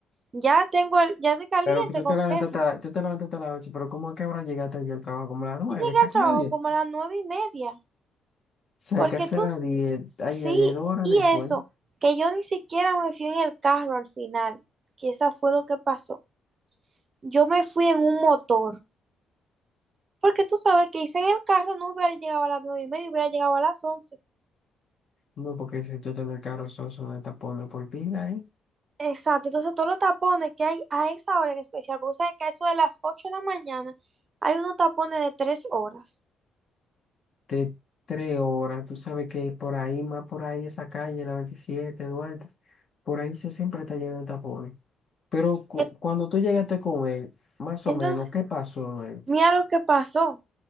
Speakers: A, on the right; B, on the left.
A: Ya tengo el, ya estoy caliente
B: Pero que tú
A: con
B: te levantaste
A: jefe.
B: a, la- tú te levantaste a las 8, pero ¿cómo es que ahora llegaste allí al trabajo? Como a las 9,
A: Yo llegué
B: casi
A: al trabajo
B: las diez
A: como
B: O
A: a las nueve y media,
B: sea,
A: porque
B: casi
A: tú
B: a las diez Ay,
A: sí,
B: ay, ay, dos horas
A: y
B: después.
A: eso, que yo ni siquiera me fui en el carro al final, que esa fue lo que pasó. Yo me fui en un motor, porque tú sabes que hice en el carro no hubiera llegado a las nueve y media, hubiera llegado a las once.
B: No, porque si tú estás en el carro, sos una tapona por pila, ¿eh?
A: Exacto, entonces todos los tapones que hay a esa hora en especial, porque sabes que a eso de las ocho de la mañana hay unos tapones de tres horas.
B: de tres horas. Tú sabes que por ahí, más por ahí, esa calle, la 27, Duarte, por ahí se siempre está lleno de tapones. Pero cu-
A: Es-
B: cuando tú llegaste con él, más
A: Entonces,
B: o menos, ¿qué pasó luego?
A: mira lo que pasó.